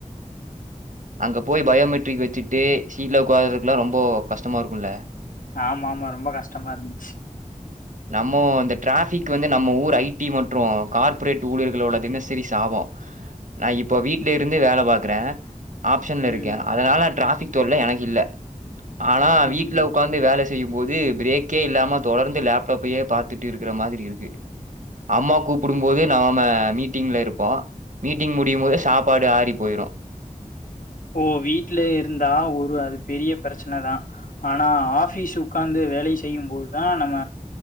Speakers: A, on the right; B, on the left.
A: அங்க போய் பயோமெட்ரிக் வச்சுட்டு சீட்ல உட்காரதுக்குலா ரொம்ப கஷ்டமா இருக்குல்ல
B: ஆமா ஆமா ரொம்ப கஷ்டமா இருந்துச்சு
A: நம்ம இந்த டிராஃபிக் வந்து நம்ம ஊர் ஐ டி மற்று கார்ப்ரேட் ஊழிர்களோட தினசரி சாபோ நா இப்போ வீட்லே இருந்து வேல பாக்குறே ஆப்ஷன்ல இருக்கே
B: ம்
A: அதனால டிராஃபிக் தொல்ல எனக்கு இல்ல ஆனா வீட்ல
B: ம்
A: உக்காந் ந்து வேல செய்யு போது பிரேக்கே இல்லாம தொடர்ந்து லேப்டாப்பையே பாத்துட்டு இருக்குற மாதிரி இருக்கு அம்மா கூப்புடு போது நாம மீட்டிங்ல இருப்போ மீட்டிங் முடியு போது சாப்பாடு ஆறி போயிரு
B: ஓ வீட்ல இருந்தா ஒரு அது பெரிய பிரச்சனைதா ஆனா ஆஃபீஸ் உட்கார்ந்து வேல செய்யு போதுதா நம்ம